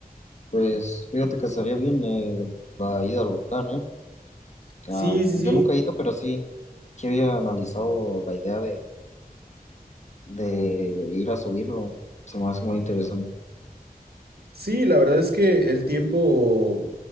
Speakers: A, on the left; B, on the right.
A: pues fíjate que estaría bien eh, la ida al volcán, ¿eh?
B: Sí,
A: Ah,
B: sí,
A: yo
B: sí.
A: nunca he ido, pero sí que había analizado la idea de ir a subirlo. Se me hace muy interesante.
B: Sí, la verdad es que el tiempo,